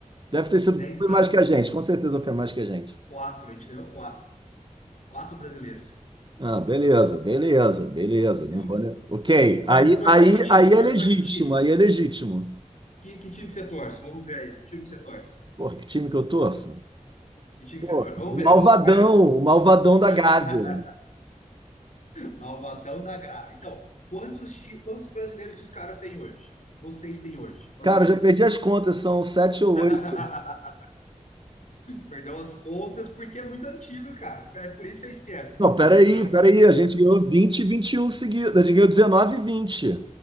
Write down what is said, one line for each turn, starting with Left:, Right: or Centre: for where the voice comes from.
Right: Deve ter sido,
Left: 10
Right: foi
Left: anos,
Right: mais que a gente, com certeza foi mais que a gente.
Left: quatro, a gente ganhou quatro. Quatro brasileiros.
Right: Ah, beleza, beleza, beleza. Não
Left: E o-
Right: vou... ne- Ok.
Left: calma
Right: Aí,
Left: aí, você torce
Right: aí,
Left: para que time?
Right: aí
Left: Você
Right: é
Left: torce
Right: legítimo,
Left: para que time?
Right: aí é legítimo.
Left: Que, que time que você torce? Vamos ver aí, que time que você torce?
Right: Porra, que time que eu torço?
Left: Que time que
Right: Pô,
Left: você torce? Vamos
Right: o
Left: ver,
Right: malvadão,
Left: vamos ver. Vamos...
Right: o malvadão
Left: <laughs>
Right: da Gávea.
Left: Malvadão da grave. Então, quantos, ti- quantos brasileiros que os caras têm hoje? Que Vocês têm hoje? Vamos
Right: Cara,
Left: ver.
Right: eu já perdi as contas, são sete ou
Left: <laughs>
Right: oito.
Left: Perdeu as contas porque é muito antigo, cara. É por isso que você esquece,
Right: Não, peraí,
Left: entendeu?
Right: peraí, a gente ganhou 20 e 21 seguidas, a gente ganhou dezenove e 20.